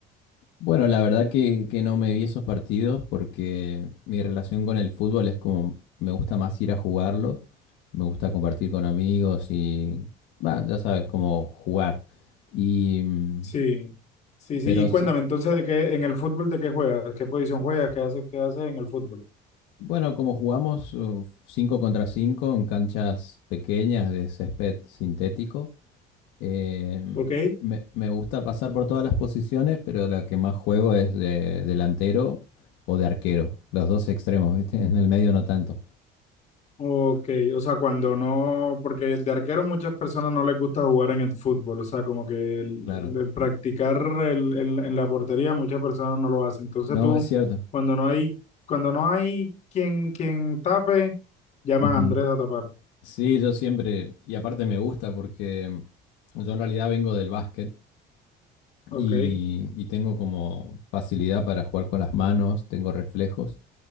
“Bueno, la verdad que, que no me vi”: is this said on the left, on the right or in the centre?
Left